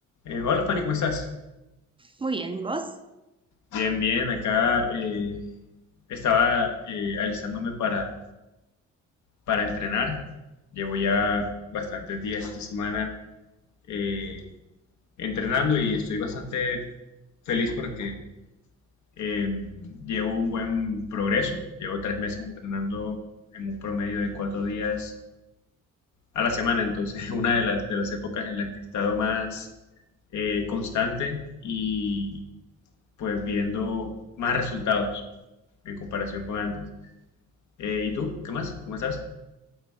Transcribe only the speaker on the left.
Eh, hola Fanny, ¿cómo estás?
Bien, bien, acá eh, estaba eh, alistándome para, para entrenar. Llevo ya bastantes días esta semana eh, entrenando y estoy bastante feliz porque eh, llevo un buen progreso. Llevo tres meses entrenando en un promedio de cuatro días a la semana, entonces <laughs> una de las, de las épocas en las que he estado más eh, constante y pues viendo más resultados. en comparación con antes. Eh, ¿y tú? ¿Qué más? ¿Cómo estás?